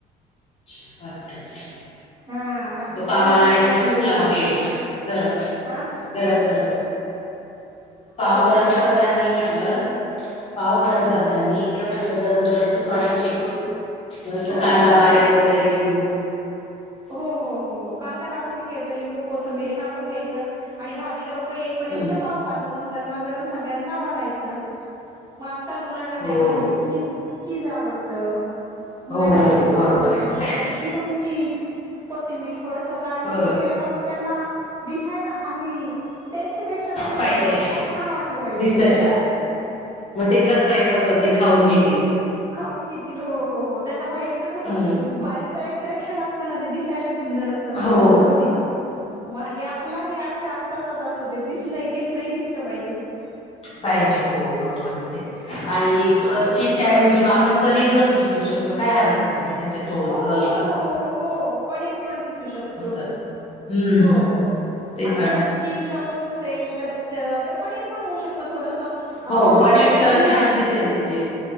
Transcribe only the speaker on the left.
अच्छा अच्छा
आणि तो
पावाला
इकडे तूप लावून घ्यायचं गरम
गरम गरम पाव
गरम करतानी म्हटलं पाव गरम करताना इकड म्हटलं गरम गरम तू पाणी शेकून <unintelligible> थोडासा
कांदा
वगैरे
बारी म <unintelligible>
हम्म
हो
हो हो
बरोबर
आहे
हो
पाहिजे
दिसायला मग ते कसं आहे असं ते खाऊन घेतील <unintelligible>
हम्म
हो
पाहिजे हो बरोबर आहे ते आणि <unintelligible> च्याऐवजी म आपण पनीर पण खिसू शकतो काय हरकत नाही त्याच्यात थोडस
हलकस
हम्म
ते
पण
असं
हो पनीर
तर
छान दिसेल म्हणजे